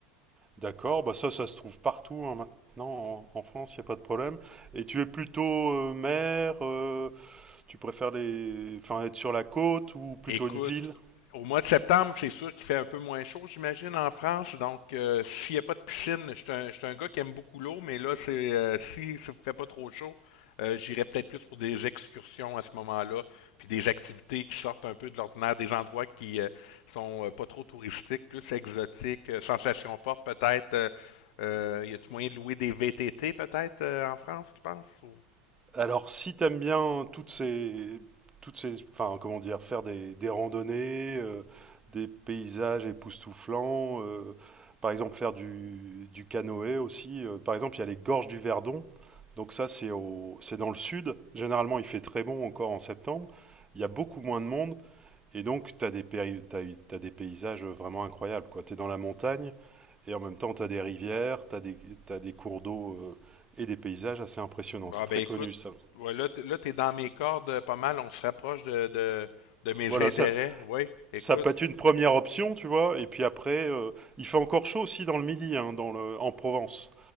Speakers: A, on the right; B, on the left.
A: D'accord, bah ça, ça se trouve partout hein, maintenant. En, en France, il n'y a pas de problème. Et tu es plutôt euh, mer, euh, tu préfères les... enfin, être sur la côte ou plutôt
B: Écoute,
A: une ville?
B: au mois de septembre, c'est sûr qu'il fait un peu moins chaud, j'imagine, en France. Donc, euh, s'il n'y a pas de piscine, je suis un, je suis un gars qui aime beaucoup l'eau, mais là, c'est euh, si ça ne fait pas trop chaud, euh, j'irai peut-être plus pour des excursions à ce moment-là, puis des activités qui sortent un peu de l'ordinaire, des endroits qui euh, sont euh, pas trop touristiques, plus exotiques, euh, sensations fortes peut-être. Euh, euh, y a-tu moyen de louer des VTT peut-être euh, en France, tu penses? ou-
A: Alors, si t'aimes bien toutes ces... toutes ces... enfin, comment dire, faire des, des randonnées, euh, des paysages époustouflants, euh, par exemple faire du, du canoë aussi. euh, par exemple, il y a les gorges du Verdon. Donc ça, c'est au, c'est dans le sud. Généralement, il fait très bon encore en septembre. Il y a beaucoup moins de monde. Et donc, tu as, as, as, des paysages vraiment incroyables. quoi. Tu es dans la montagne et en même temps, tu as des rivières, tu as, as, des cours d'eau euh, et des paysages assez impressionnants.
B: Bon,
A: C'est très
B: ben écoute,
A: connu, ça.
B: ouais, là, t'es, là, t'es dans mes cordes euh, pas mal, on se rapproche de, de, de mes
A: Voilà,
B: <laughs> intérêts.
A: ça,
B: Oui, écoute,
A: ça peut être une première option, tu vois. Et puis après, euh, il fait encore chaud aussi dans le midi, hein, dans le, en Provence.